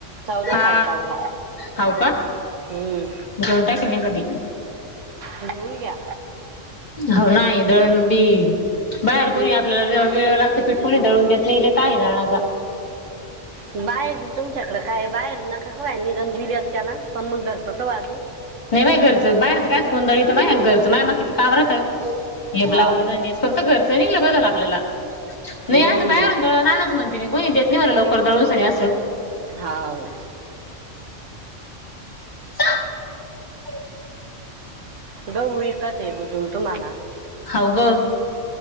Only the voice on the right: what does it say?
चौदा
साडे चौदा
हम्म
घेऊन घ्या.
बाहेर बी तुमच्याकड काय बाहेर नकाकू मी दम दिल्यात त्याला पण मग घरत त वाजनी
हाव
हम्म
हाव
दळून विकाचय बुजून तुम्हाला